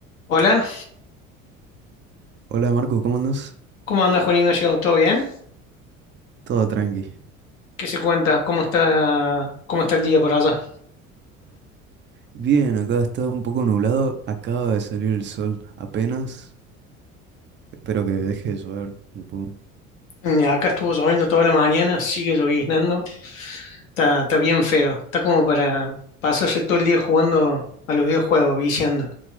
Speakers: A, on the left; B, on the right.
A: Hola,
B: Hola Marco, ¿cómo andas?
A: ¿cómo anda Juan Ignacio? ¿Todo bien?
B: Todo tranqui.
A: ¿Qué se cuenta? ¿Cómo está, cómo está el día por allá?
B: Bien, acá está un poco nublado, acaba de salir el sol apenas. Espero que deje de llover un poco.
A: Mm, Acá estuvo lloviendo toda la mañana, sigue lloviznando, está, está bien feo, está como para pasarse todo el día jugando a los videojuegos, viciando.